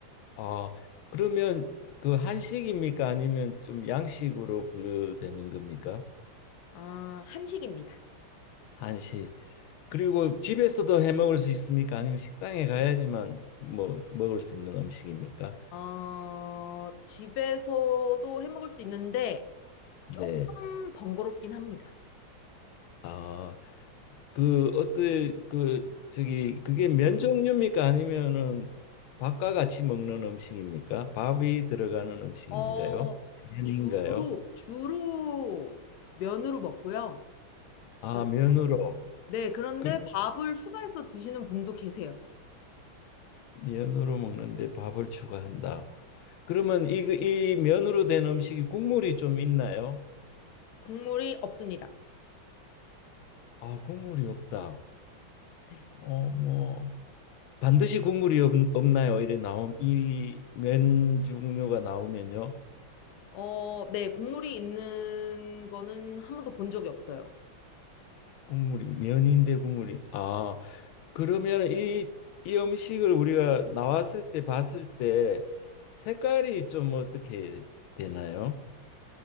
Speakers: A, on the left (about 80°); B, on the left (about 65°).
A: 아, 그러면 그 한식입니까? 아니면 좀 양식으로 분류되는 겁니까?
B: 아, 한식입니다.
A: 한식. 그리고 집에서도 해 먹을 수 있습니까? 아니면 식당에 가야지만 뭐 먹을 수 있는 음식입니까?
B: 어, 집에서도 해 먹을 수 있는데
A: 네.
B: 조금 번거롭긴 합니다.
A: 아, 그 어떤 그 저기 그게 면 종류입니까? 아니면은 밥과 같이 먹는 음식입니까? 밥이 들어가는 음식인가요?
B: 어,
A: 면인가요?
B: 주로, 주로 면으로 먹고요.
A: 아,
B: 그런,
A: 면으로.
B: 네, 그런데
A: 그
B: 밥을 추가해서 드시는 분도 계세요.
A: 면으로 먹는데 밥을 추가한다. 그러면 이, 그이 면으로 된 음식이 국물이 좀 있나요?
B: 국물이 없습니다.
A: 아, 국물이 없다.
B: 네.
A: 어, 뭐 반드시 국물이 없, 없나요? 이래 나옴 이면 종류가 나오면요.
B: 어, 네, 국물이 있는 거는 한 번도 본 적이 없어요.
A: 국물이 면인데 국물이 아, 그러면 이, 이 음식을 우리가 나왔을 때 봤을 때 색깔이 좀 어떻게 되나요?